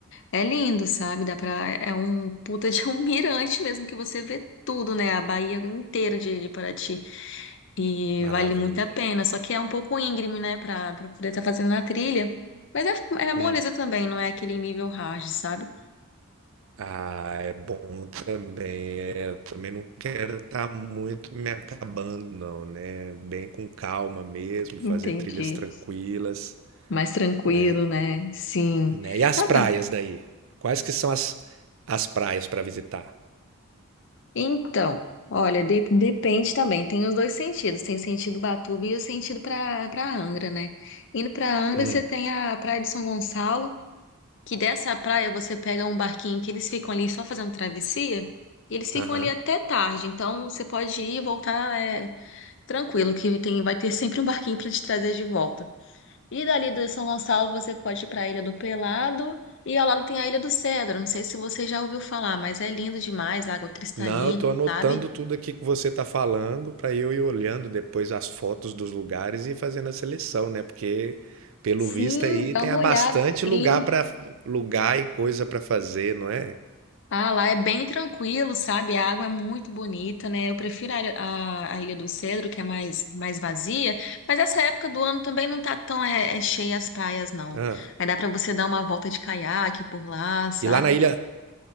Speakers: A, on the left (about 55°); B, on the right (about 60°).
A: é lindo, sabe? Dá pra, é é um puta de um <laughs> mirante mesmo que você vê tudo, né? A Bahia inteira de, de Paraty. E
B: Maravilha.
A: vale muito a pena. Só que é um pouco íngreme, né? Pra, pra poder estar fazendo na trilha. Mas é, é moleza
B: Hum.
A: também, não é aquele nível hard, sabe?
B: Ah, é bom também. é, eu também não quero estar muito me acabando, não, né? Bem com calma mesmo,
A: Entendi.
B: fazer trilhas tranquilas,
A: Mais tranquilo,
B: né?
A: né? Sim.
B: Né? E as
A: Ah,
B: praias daí? Quais que são as, as praias para visitar?
A: então, olha, de- depende também. Tem os dois sentidos. Tem sentido Batuba e o sentido para para Angra, né? Indo para Angra,
B: Hum,
A: você tem a Praia de São Gonçalo, que dessa praia você pega um barquinho que eles ficam ali só fazendo travessia, e eles ficam
B: aham.
A: ali até tarde. Então, você pode ir e voltar é, tranquilo, que tem vai ter sempre um barquinho para te trazer de volta. E dali do São Gonçalo você pode ir para a Ilha do Pelado e ao lado tem a Ilha do Cedro. Não sei se você já ouviu falar, mas é lindo demais, água cristalina,
B: Não, eu tô anotando
A: sabe?
B: tudo aqui que você tá falando para eu ir olhando depois as fotos dos lugares e fazendo a seleção, né? Porque pelo
A: Sim,
B: visto aí
A: dá
B: tem
A: uma
B: há
A: olhada,
B: bastante
A: sim.
B: lugar para lugar e coisa para fazer, não é?
A: Ah, lá é bem tranquilo, sabe? A água é muito bonita, né? Eu prefiro a, ilha- a, a Ilha do Cedro, que é mais, mais vazia, mas essa época do ano também não tá tão é, é cheia as praias, não.
B: Ah.
A: Aí dá para você dar uma volta de caiaque por lá, sabe?
B: E lá na ilha